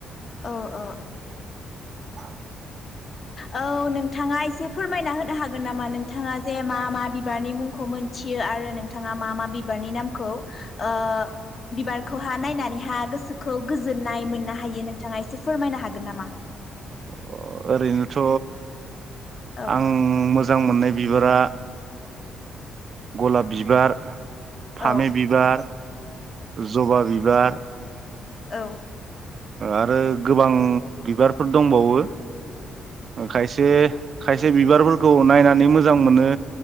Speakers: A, on the left (about 45°); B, on the right (about 50°).
A: औ औ।
B: <inaudible>
A: औ नोंथाङा एसे फोरमायना होनो हागोन नामा नोंथाङा जे मा मा बिबारनि मुंखौ मोनथियो आरो नोंथाङा मा मा बिबारनि नामखौ ओ बिबारखौहा नायनानैहा गोसोखौ गोजोननाय मोननो हायो नोंथाङा एसे फोरमायनो हागोन नामा?
B: अ ओरैनोथ'
A: औ
B: आं मोज मोजां मोननाय बिबारा गलाब बिबार
A: औ
B: फामि
A: ओ
B: बिबार जबा बिबार बार
A: औ।
B: आरो गोबां बिबारफोर दंबावो। ओ खायसे खायसे बिबारफोरखौ नायनानै मोजां मोनो।